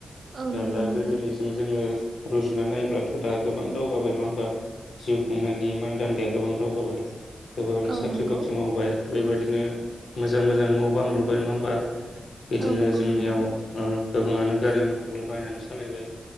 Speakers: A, on the right (about 60°); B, on the left (about 80°).
A: औ नंगौ
B: दा
A: नोंथां
B: गोदोनिजों जोङो रुजुना नायोब्लाथ' दा गोबां दावगाबाय नङा होमबा जिउ खुंनायनि मानदान्दाया गोबां दावगाबाय। गोबाङानो
A: औ
B: साख्रि
A: नंगौ
B: बाख्रि मावबाय बेबायदिनो मोजां मोजां न'आवबो आं लुबाय नङा होमबा। बिदिनो
A: औ नंगौ
B: जोंनियाव
A: नोंथां
B: गोबाङानो गारि मथर बायनानै सालायबाय